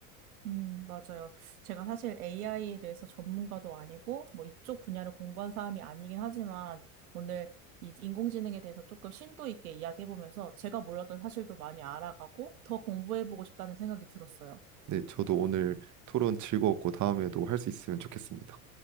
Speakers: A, on the right (about 85°); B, on the right (about 40°).
A: 음, 맞아요. 제가 사실 AI에 대해서 전문가도 아니고, 뭐 이쪽 분야를 공부한 사람이 아니긴 하지만, 오늘 이 인공지능에 대해서 조금 심도 있게 이야기해보면서 제가 몰랐던 사실도 많이 알아가고, 더 공부해보고 싶다는 생각이 들었어요.
B: 네, 저도 오늘 토론 즐거웠고 다음에도 할 수 있으면 좋겠습니다.